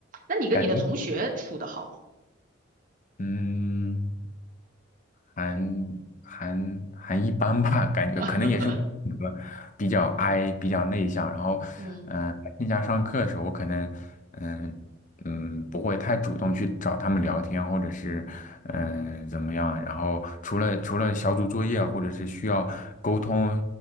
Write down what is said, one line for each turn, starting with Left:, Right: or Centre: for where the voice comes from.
Right: 那你跟你的同学处的好吗？
Left: 感觉嗯。还还还一般吧，感觉可能也是我性格比较
Right: <laughs>
Left: I 比较内向，然后，
Right: 嗯
Left: 嗯、呃，线下上课的时候，我可能，嗯、嗯，不会太主动去找他们聊天，或者是，嗯、怎么样？然后除了除了小组作业，或者是需要沟通